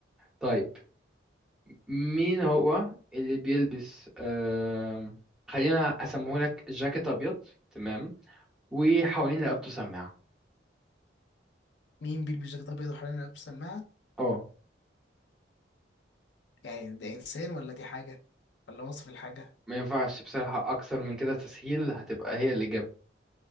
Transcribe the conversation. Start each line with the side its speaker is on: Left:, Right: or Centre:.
Centre: طيب مين هو اللي بيلبس آم... خلينا اسمهولك جاكيت ابيض تمام وحوالين رقبته سماعة
Left: مين بيلبس جاكيت أبيض وحوالين رقبته سماعة
Centre: اه
Left: يعني ده إنسان ولا دي حاجة ولا وصف الحاجة
Centre: ما ينفعش بصراحة أكثر من كده تسهيل هتبقى هي الإجابة